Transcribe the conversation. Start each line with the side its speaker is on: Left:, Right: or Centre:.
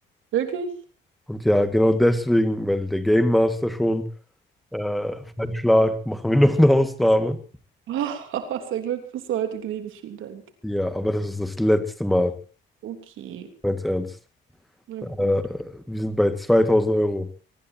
Right: Wirklich?
Centre: Und ja, genau deswegen, weil der Game Master schon Äh, Feinschlag, machen wir noch eine Ausnahme.
Right: Oh, <laughs> sehr Glück bis heute gnädig, vielen Dank.
Centre: Ja, aber das ist das letzte Mal,
Right: Okay,
Centre: ganz ernst.
Right: na
Centre: Äh,
Right: gut.
Centre: wir sind bei 2000 Euro.